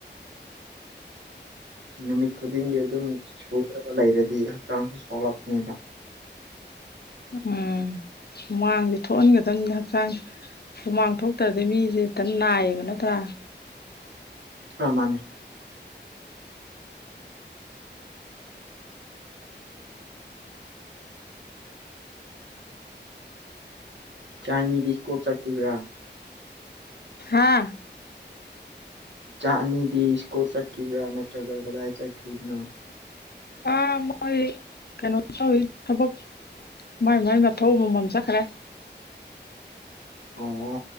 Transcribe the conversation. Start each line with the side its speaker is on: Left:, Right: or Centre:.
Right: ꯅꯨꯃꯤꯠ ꯈꯨꯗꯤꯡꯒꯤ ꯑꯗꯨꯝ ꯁꯨꯗ꯭ꯔꯒ ꯂꯩꯔꯗꯤ ꯍꯛꯆꯥꯡꯁꯨ ꯁꯣꯛꯂꯛꯄꯅꯦꯕ
Left: ꯎꯝ ꯍꯨꯃꯥꯡꯖꯦ ꯊꯣꯛꯍꯟꯒꯗꯕꯅꯤ ꯍꯛꯆꯥꯡꯖꯦ ꯍꯨꯃꯥꯡ ꯊꯣꯛꯇ꯭ꯔꯗꯤ ꯃꯤ ꯇꯟ ꯅꯥꯏꯌꯦꯕ ꯅꯠꯇ꯭ꯔꯥ
Right: ꯑ ꯃꯥꯅꯤ ꯆꯥꯅꯤꯗꯤ ꯏꯁꯀꯨ꯭ꯜ ꯆꯠꯈꯔꯤꯕ꯭ꯥꯔ
Left: ꯍꯥꯥ
Right: ꯏꯆꯥ ꯑꯅꯤꯗꯤ ꯁ꯭ꯀꯨꯜ ꯆꯠꯈꯤꯕ꯭ꯔꯥ ꯅꯠꯇ꯭ꯔꯒ ꯀꯗꯥꯏ ꯆꯠꯈ꯭ꯔꯤꯕꯅꯣ
Left: ꯑ ꯃꯣꯏ ꯀꯩꯅꯣ ꯇꯧꯏ ꯊꯕꯛ ꯃꯥꯏ- ꯃꯥꯏ ꯃꯊꯧ ꯑꯃꯃꯝ ꯆꯠꯈ꯭ꯔꯦ
Right: ꯑꯣ-ꯑꯣ